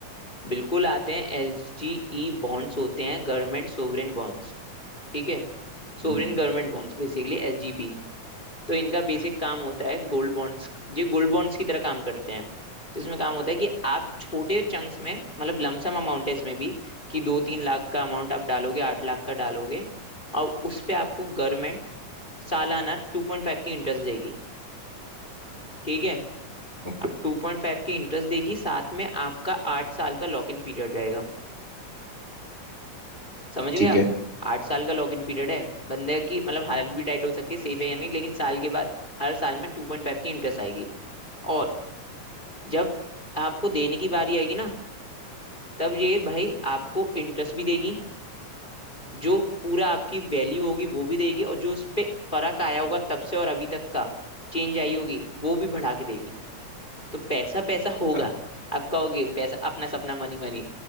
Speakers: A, on the left; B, on the right.
A: बिल्कुल आते हैं एस जी ई बॉन्ड्स होते हैं गवर्नमेंट सोवरेन बॉन्ड्स ठीक है Sovereign
B: हम्म।
A: government bonds basically S G B तो इनका बेसिक काम होता है गोल्ड बॉन्ड्स ये गोल्ड बॉन्ड्स की तरह काम करते हैं तो इसमें काम होता है कि आप छोटे चंक्स में मतलब लमसम अमाउंट है इसमें भी कि दो तीन लाख का अमाउंट आप डालोगे आठ लाख का डालोगे और उस पे आपको गवर्नमेंट सालाना टू पॉइंट फाइव की इंटरेस्ट देगी ठीक है
B: ओके
A: आप टू पॉइंट फाइव की इंटरेस्ट देगी साथ में आपका आठ साल का लॉक इन पीरियड रहेगा समझ गए
B: ठीक
A: आप
B: है
A: आठ साल का लॉक इन पीरियड है बंदे की मतलब हालत भी टाइट हो सकती है सेफ है या नहीं लेकिन साल के बाद हर साल में टू पॉइंट फाइव की इंटरेस्ट आएगी और जब आपको देने की बारी आएगी ना तब ये भाई आपको इंटरेस्ट भी देगी जो पूरा आपकी वैल्यू होगी वो भी देगी और जो उस पे फर्क आया होगा तब से और अभी तक का चेंज आई होगी वो भी बढ़ा के देगी तो पैसा पैसा होगा
B: अ-
A: आप कहोगे पैसा अपना सपना मनी मनी